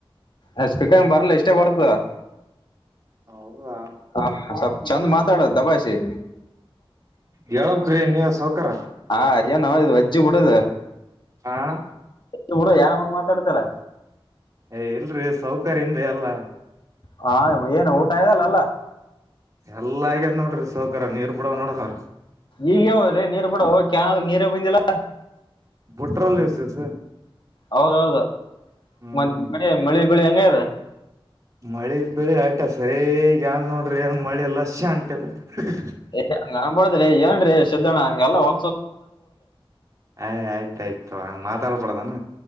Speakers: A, on the left (about 55°); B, on the right (about 35°).
A: ಅ ಸ್ಪೀಕರ್ ಎನ್ ಬರ್ಲ್ ಇಷ್ಟೇ ಬರ್ತದ
B: ಹೌದಾ
A: ಹಾ ಸಪ್ ಚಂದ ಮಾತಾಡ ದಬಾಸಿ
B: ಹೇಳ್ಬೇಕ್ರಿ ನೀವೆ ಸವ್ ಕರ
A: ಹಾ ಏನೋ ಇದು ವಜ್ಜಿ ಬು ಇದ
B: ಹಾ
A: ಇರ್ಲಿ ಯಾನಮನಿ ಮಾಡ್ ಡ್ತಲ್ಲ
B: ಏ ಇಲ್ರಿ ಸಾವಕರ ಇಂದೆ ಏಲ್ಲ
A: ಹಾ ಏನ ಊಟ ಆಗ್ಯದ ಅಲಾ ಎಲ್ಲಾ
B: ಎಲ್ಲ ಆಗ್ಯದ ನೋಡ್ರಿ ಸೌಕರ ನೀರ್ ಬಿಡೋಡ್ ನೋಡದದ್ರಿ
A: ಈಗ ಯಾವ್ ನೀರ್ ಬಿಡವು ಕ್ಯನಲ ನೀರೆ ಬಂದಿಲ್ಲ
B: ಬುಟ್ರಲ್ಲಿ ಇಸ್ ಇಸ್ಸ್
A: ಹೌದೌದು
B: ಹ್ಮ್
A: ಮ ಮಳಿ ಮಳಿ ಬೆಳಿ ಯಾದ್
B: ಮಳಿ ಬೆಳಿ ಆಟ ಸರಿಗ ಯಾನ ನೋಡ್ರಿ ಏನ್ ಮಳಿ ಇಲ್ಲ <unintelligible>
A: ಎಲ್ಲಿ ಹಂಗ್ ಅನ್ಬಾಡದ್ರಿ ಏನ್ರೀ ಸಿದ್ಧಣ್ಣ ಹಂಗೆಲ್ಲಾ ಹೊ
B: ಅಯ್ ಆಯ್ತ ಆಯ್ತುಹಂಗ ಮಾತ್ ಪಡದನು